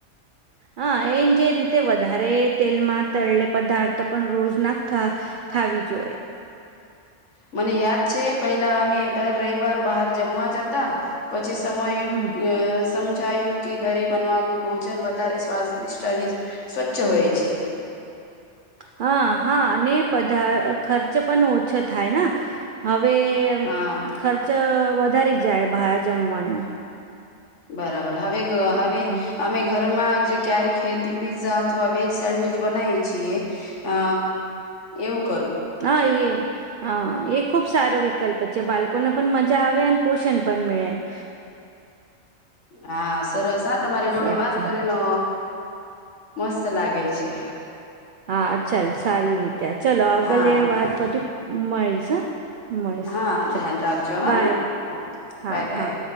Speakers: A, on the right; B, on the left.
A: હ એને જે રીતે વધારે તેલમાં તળલે પદાર્થ પણ રોજ નાખા. ખાવી જોઈએ
B: મને યાદ છે પેલા અમે દર રવિવાર બહાર જમવા જતા. પછી સમય અ.
A: હમ
B: સમજાયું કે ઘરે બનાવાલું ભોજન વધારે સ્વાદિષ્ટ અને સ્વચ્છ હોય છે.
A: હા હા અને પધા ખર્ચ પણ ઓછો થાય હવે.
B: હા
A: ખર્ચ વધારી જાય બહાર જમવાનું.
B: બરાબર હવે હવે
A: હમ.
B: અમે ઘરમાં જે. ક્યારેક હેલ્ધી પીઝા અથવા વેજ સેન્ડવીચ બનાવીએ છીએ. અ એવું કરું
A: હા એે હા એ ખુબ સારો વિકલ્પ છે બાળકોને પણ મજા આવે અને પોષણ પણ મળે. <inaudible>
B: હા સરસ હા તમારી
A: સાચા
B: જોડે વાત કરીને મસ્ત લાગે છે
A: હા ચાલ સારી રીતે ચાલ અગલે
B: હા
A: વાત પછી મળીશ હા. મળીશું
B: હા
A: ચાલ
B: ધ્યાન રાખજો હા
A: બાય
B: ઓકે
A: હા
B: બાય બાય
A: હા